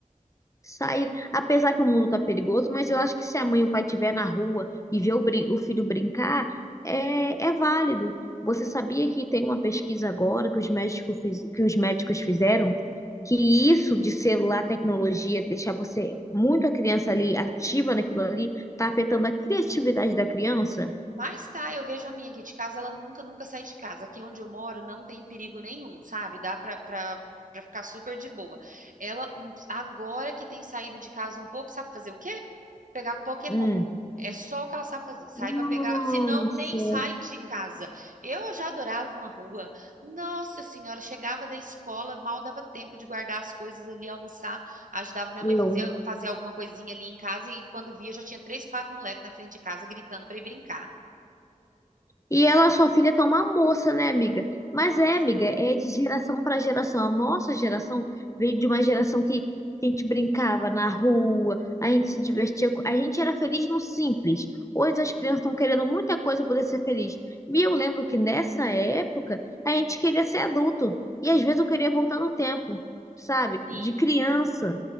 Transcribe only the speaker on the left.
Sair, apesar que o mundo tá perigoso, mas eu acho que se a mãe e o pai estiver na rua e ver o, brin- o filho brincar, é, é válido. Você sabia que tem uma pesquisa agora que os médicos, fiz- que os médicos fizeram que isso de celular, tecnologia, deixar você muito a criança ali ativa naquilo ali, tá afetando a criatividade da criança?
Hum.
Nossa,
eu
E ela, sua filha, tá uma moça, né, amiga? Mas
é, amiga, é de geração para geração. A nossa geração veio de uma geração que a gente brincava na rua, a gente se divertia, co- a gente era feliz no simples. Hoje as crianças estão querendo muita coisa para poder ser feliz. E eu lembro que nessa época a gente queria ser adulto. E às vezes eu queria voltar no tempo, sabe?
De criança.